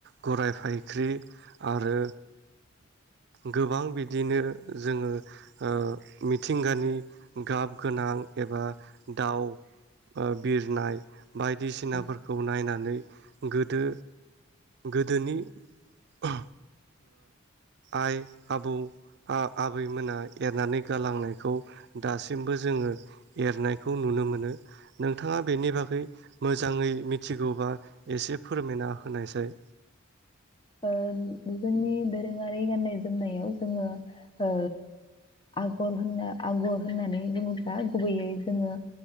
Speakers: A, on the right; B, on the left.
A: गराय फायख्रि आरो गोबां बिदिनो जोङो ओ मिथिंगानि गाब गोनां एबा दाउ ओ बिरनाय बायदिसिनाफोरखौ
B: औ
A: नायनानै गोदो गोदोनि ओ आइ, आबौ, आ-आबैमोना एरनानै गालांनायखौ दासिमबो जोङो एरनायखौ नुनो मोनो। नोंथाङा बेनि बागै मोजाङै मिथिगौबा एसे फोरमायना होनायसाय।
B: ओ जोंनि दोरोङारि गाननाय जोमनायाव जोङो ओ आगर होनना आगर होननानै बुङोब्ला गुबैयै जोङो